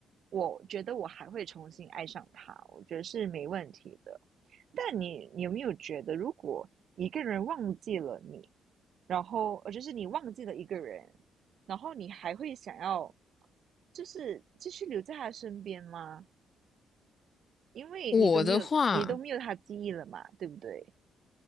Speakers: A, on the right (about 65°); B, on the left (about 40°).
A: 我觉得我还会重新爱上他，我觉得是没问题的。但你你有没有觉得，如果一个人忘记了你，然后呃，就是你忘记了一个人，然后你还会想要，就是继续留在他身边吗？因为你都没有，
B: 我的话。
A: 你都没有他记忆了嘛，对不对？